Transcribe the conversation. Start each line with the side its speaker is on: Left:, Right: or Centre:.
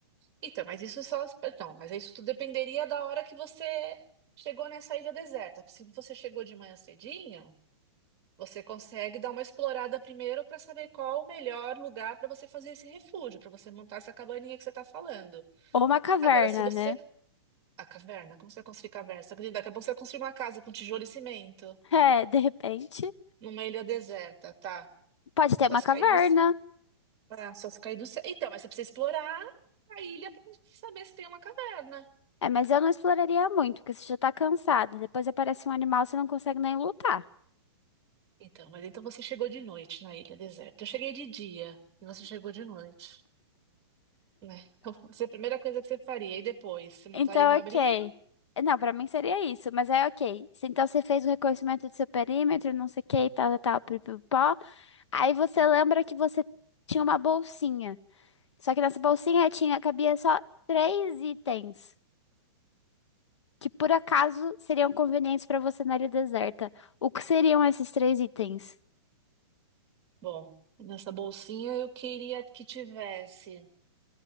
Right: Então, mas isso só. Então, mas isso tudo dependeria da hora que você chegou nessa ilha deserta. Se você chegou de manhã cedinho, você consegue dar uma explorada primeiro para saber qual o melhor lugar para você fazer esse refúgio, para você montar essa cabaninha que você está falando.
Left: Ou uma caverna,
Right: Agora, se você.
Left: né?
Right: A caverna, como você vai construir caverna? Você acredita? Daqui a pouco você vai construir uma casa com tijolo e cimento
Left: <laughs> É, de repente.
Right: numa ilha deserta, tá?
Left: Pode ter
Right: Só
Left: uma
Right: se cair
Left: caverna.
Right: do céu. Ah, só se cair do céu. Então, mas você precisa explorar a ilha para saber se tem uma caverna.
Left: É, mas eu não exploraria muito, porque você já tá cansado. Depois aparece um animal, você não consegue nem lutar.
Right: Então, mas então você chegou de noite na ilha deserta. Eu cheguei de dia e você chegou de noite, né? Então, <laughs> isso é a primeira coisa que você faria. E depois, você montaria
Left: Então,
Right: um abrigo?
Left: ok. Não, pra mim seria isso, mas é ok. Se- Então você fez o reconhecimento do seu perímetro, não sei o que, tal, tal, tal, pipipó. Aí você lembra que você tinha uma bolsinha. Só que nessa bolsinha tinha, cabia só três itens que por acaso seriam convenientes pra você na área deserta. O que seriam esses três itens?
Right: Bom, nessa bolsinha eu queria que tivesse